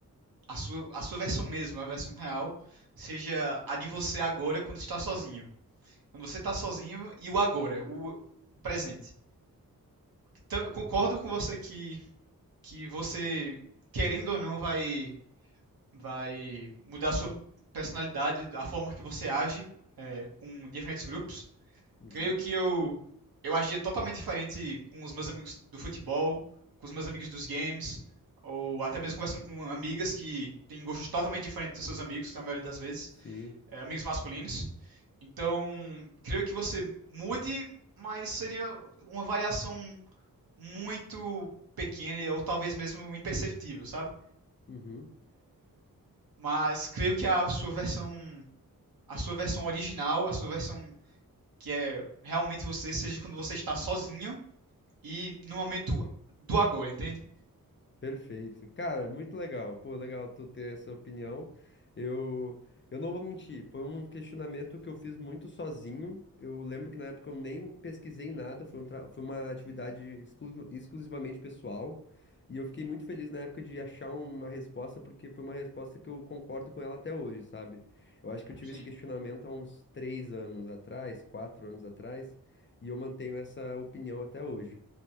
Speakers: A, on the right; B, on the left.
A: A sua, a sua versão mesmo, a versão real, seja a de você agora quando está sozinho. Quando você tá sozinho e o agora, o presente. Então, eu concordo com você que, que você, querendo ou não, vai, vai mudar a sua personalidade, a forma que você age é, com diferentes grupos.
B: Uhum,
A: Creio que eu, eu agia totalmente diferente com os meus amigos do futebol, com os meus amigos dos games, ou até mesmo conversando com amigas que têm gostos totalmente diferentes dos seus amigos, na maioria das vezes
B: sim.
A: é, amigos masculinos. Então, creio que você mude, mas seria uma variação muito pequena ou talvez mesmo imperceptível, sabe?
B: Uhum.
A: Mas creio que a sua versão, a sua versão original, a sua versão que é realmente você, seja quando você está sozinho e no momento do agora, entende?
B: Perfeito. Cara, muito legal. Pô, legal tu ter essa opinião. Eu, eu não vou mentir, foi um questionamento que eu fiz muito sozinho. Eu lembro que na época eu nem pesquisei nada, foi, um tra- foi uma atividade exclu- exclusivamente pessoal. E eu fiquei muito feliz na época de achar uma resposta, porque foi uma resposta que eu concordo com ela até hoje, sabe? Eu acho que eu tive
A: Sim,
B: esse questionamento há uns três anos atrás, quatro anos atrás, e eu mantenho essa opinião até hoje.